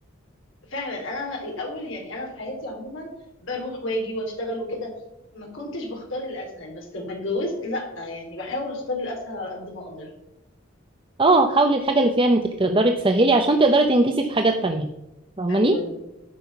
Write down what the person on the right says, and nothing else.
اه حاولي الحاجة اللي فيها انك تقدري تسهلي عشان تقدري تنجزي في حاجات تانية فاهماني